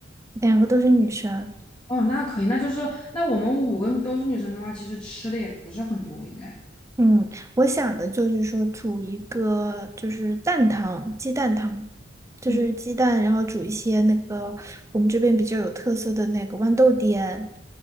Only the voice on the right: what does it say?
两个都是女生。
嗯，我想的就是说煮一个就是蛋汤，鸡蛋汤，就是鸡蛋，
然后煮一些那个我们这边比较有特色的那个豌豆颠。